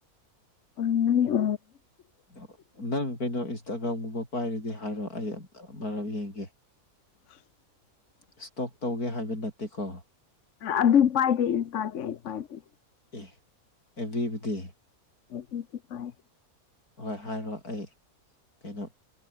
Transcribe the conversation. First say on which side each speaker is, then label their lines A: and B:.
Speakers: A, on the left; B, on the left.
A: ꯑꯝ
B: <inaudible> ꯅꯪ ꯀꯩꯅꯣ ꯏꯟꯁꯇꯥꯒ꯭ꯔꯥꯝꯒꯨꯝꯕ ꯄꯥꯏꯔꯗꯤ ꯍꯥꯏꯔꯣ ꯑꯩ ꯑꯝꯇꯪ ꯑꯃꯔꯛ ꯌꯦꯡꯒꯦ
A: <inaudible>
B: ꯏꯁꯇꯣꯛ ꯇꯧꯒꯦ ꯍꯥꯏꯕ ꯅꯠꯇꯦꯀꯣ
A: ꯑꯗꯨ ꯄꯥꯏꯗꯦ ꯏꯟꯁꯇꯥꯗꯤ ꯑꯩ ꯄꯥꯏꯗꯦ
B: ꯑꯦ ꯑꯦꯞꯕꯤꯕꯨ ꯗꯤ
A: ꯑꯦꯞꯕꯤ ꯗꯤ ꯄꯥꯏ
B: ꯍꯣꯏ ꯍꯥꯏꯔꯣ ꯑꯩ ꯀꯩꯅꯣ